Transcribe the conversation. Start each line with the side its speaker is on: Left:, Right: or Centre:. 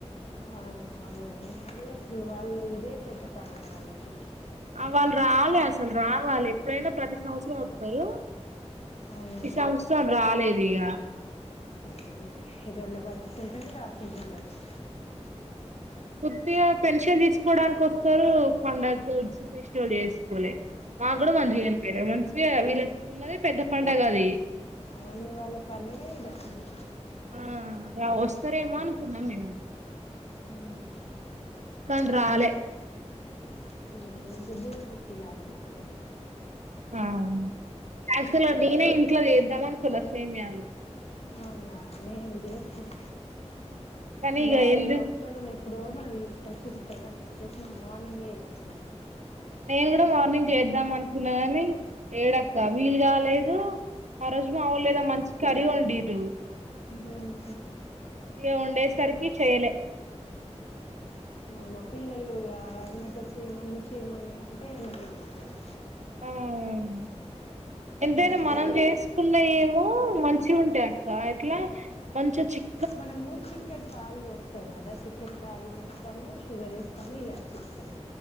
Left: అవునా అవును అదే అస్సలు వాళ్ళు ఇదే పెద్ద పండగ వాళ్ళకి.
Right: అ వాళ్ళు రాలే అస్సలు రావాలి ఎప్పుడైనా ప్రతి సంవత్సరం ఓత్తరు.
Left: అవునా,
Right: ఈ సంవత్సరం రాలేదిగ.
Left: ఏమొ ఏదన్న వర్క్ఉంటది రాకుంటుండచ్చు.
Right: ప్రతియర్ పెన్షన్ తీసుకోవడానికి వస్తారు పండగకోచ్చి ఫెస్టివల్ చేసుకోలే. మాక్కూడా మంచిగా అనిపీయలే మంచిగా వీళ్ళకున్నదే పెద్ద పండగది.
Left: అవును వాళ్ళ పండగే ఇదసలు.
Right: ఆ రా వస్తరేమో అనుకున్నాం మేము.
Left: హ్మ్.
Right: కాని రాలే.
Left: <unintelligible> బోర్ కొట్టిందాడ మీకు
Right: అవును. యాక్చువల్గా నేనే ఇంట్లో చేద్దామనుకున్నా సేమియాలు
Left: అవునా మేం చేసినాం.
Right: కానీ ఇక
Left: వాళ్ళ
Right: ఎందుకు
Left: అత్తోళ్ళు ఎప్పుడో నాకి తీసుకొచ్చి ఇస్తారని చెప్పేసి నేను మార్నింగే చేసిన
Right: నేను కూడా మార్నింగ్ చేద్దాం అనుకున్నా కానీ ఏడక్క వీలు కాలేదు. ఆ రోజు మావోల్లేదో మంచి కర్రీ వండీర్రు.
Left: ఆహా
Right: ఇక వండేసరికి చేయలే
Left: ఓ మా పిల్లలు ఇగా ఎమ్మట చేయ్ మమ్మీ చేయ్ మమ్మీ అంటే ఎమ్మటే చేసినా ఇగ.
Right: ఆ ఎంతైనా
Left: ఇగ
Right: మనం చేసుకున్నాయే మో మంచిగుంటాయక్క ఎట్లా మంచిగ చిక్క్
Left: మనము చిక్కటి పాలు బోస్త్ స్త కదా చిక్కటి పాలు బోస్తాము షుగర్ ఏస్తాము ఇలాచి ఏస్తామ్.